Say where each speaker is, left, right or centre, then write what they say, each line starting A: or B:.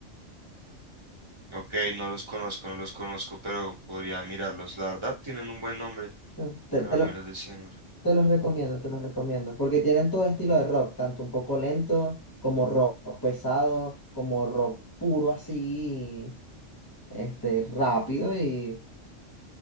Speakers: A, on the right; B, on the left.
A: Ok, no los conozco, no los conozco, pero podría mirarlos. La verdad, tienen un buen nombre.
B: Mm, Te,
A: Caramelos
B: te lo-
A: de cianuro.
B: Te los recomiendo, te los recomiendo, porque tienen todo estilo de rock, tanto un poco lento como rock pesado, como rock puro así, este, rápido y